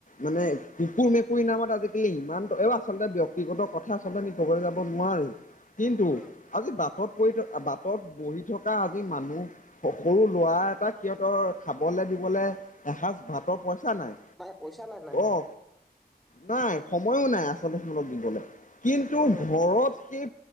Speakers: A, on the left; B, in the centre.
A: মানে কুকুৰ, মেকুৰী নামত আজিকালি ইমান আচলতে ব্যক্তিগত কথা আমি কব যাব নোৱাৰোঁ। কিন্তু
B: উম
A: আজি বাটত পৰি থকা বাটত বহি থকা আজি মানুহ সৰু ল'ৰা এটা সিহতৰ খাবলে দিবলে এসাঁজ ভাতৰ পইচা নাই
B: পইচা নাই নাই নাই
A: অহ নাই সময়ো নাই আচলতে সকাহ দিবলৈ কিন্তু
B: হয় হয়
A: ঘৰত সেই